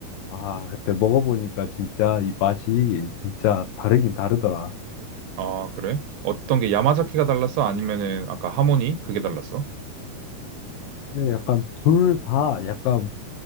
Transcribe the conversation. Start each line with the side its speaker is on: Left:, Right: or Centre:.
Left: 아, 그때 먹어보니까 진짜 이 맛이 진짜 다르긴 다르더라.
Right: 아, 그래? 어떤 게 야마자키가 달랐어? 아니면은 아까 하모니? 그게 달랐어?
Left: 근데 약간 둘 다 약간